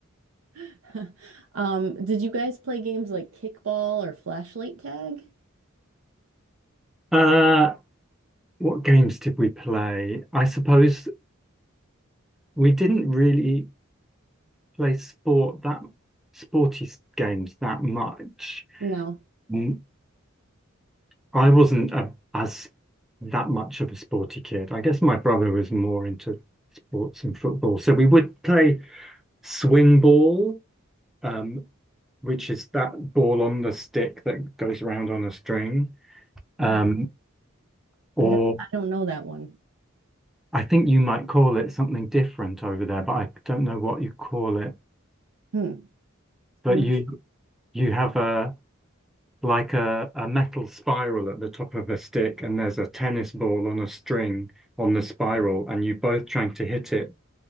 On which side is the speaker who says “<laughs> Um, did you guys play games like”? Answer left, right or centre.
Right